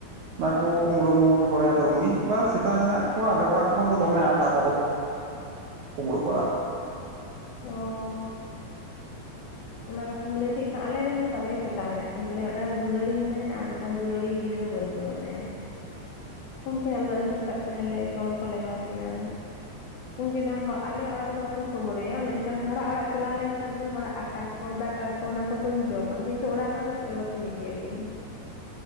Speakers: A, on the right; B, on the left.
A: ᱵᱟᱠᱚ ᱠᱩᱢᱵᱽᱲᱩ ᱢᱩᱢᱵᱽᱲᱩ ᱵᱟᱲᱟᱭᱟ ᱟᱫᱚ ᱢᱤᱫ ᱵᱟᱨ ᱥᱮᱛᱟ ᱢᱮᱱᱟᱜ ᱠᱚᱣᱟ ᱟᱞᱮ ᱚᱲᱟᱜ ᱠᱷᱚᱱ ᱫᱚ ᱫᱚᱢᱮ ᱟᱛ ᱛᱟᱠᱚ ᱳᱵ <unintelligible> ᱠᱚᱢᱲᱩ ᱵᱟᱲᱟ
B: ᱚ ᱚᱱᱟ ᱠᱟᱛᱷᱟᱢ ᱞᱟᱹᱭ ᱠᱮᱫ ᱠᱷᱟᱱ ᱟᱞᱮᱨᱮᱦ ᱦᱚᱸ ᱵᱟᱨᱭᱟ ᱥᱮᱛᱟ ᱢᱮᱱᱟᱜ ᱠᱤᱱ ᱛᱟᱞᱮᱭᱟ ᱢᱤᱫᱴᱟᱝ ᱫᱚ ᱫᱩᱞᱟᱹᱲᱤ ᱢᱮᱱᱟᱭᱟ ᱟᱨ ᱢᱤᱫᱴᱟᱝ ᱫᱩᱞᱟᱹᱲᱤ ᱤᱡ ᱜᱤᱫᱽᱨᱟᱹ ᱵᱟᱹᱞᱛᱤ᱾ ᱢᱮᱱᱟᱭᱟ ᱩᱱᱠᱤᱱ ᱟᱞᱮ ᱫᱚ ᱟᱹᱥᱩᱞ ᱠᱟᱫ ᱠᱤᱱᱟᱹᱞᱮ ᱡᱚᱢ ᱠᱚᱞᱮ ᱮᱢᱟ ᱠᱤᱱᱟ᱾ ᱩᱱᱠᱤᱱ ᱦᱚᱸ ᱟᱞᱮ ᱚᱲᱟᱜ ᱨᱮᱫᱚ ᱵᱟᱠᱤᱱ ᱠᱢᱲᱮᱭᱟ ᱢᱮᱱᱠᱷᱟᱱ ᱦᱚᱲᱟᱜ ᱚᱲᱟᱜ ᱪᱟᱞᱟᱣ ᱞᱮᱱᱠᱷᱟᱱ ᱜᱮ ᱦᱚᱲᱟᱜ ᱟᱴᱟ, ᱫᱟᱠᱟ ᱠᱚ ᱚᱱᱟ ᱠᱚ ᱠᱤᱱ ᱡᱚᱢᱟ ᱠᱤᱱᱛᱩ ᱚᱲᱟᱜ ᱨᱮᱱᱟᱜ ᱫᱚ ᱪᱮᱫ ᱦᱚᱸ ᱵᱟᱹᱠᱤᱱ ᱤᱫᱤᱭᱟᱠᱤᱱ᱾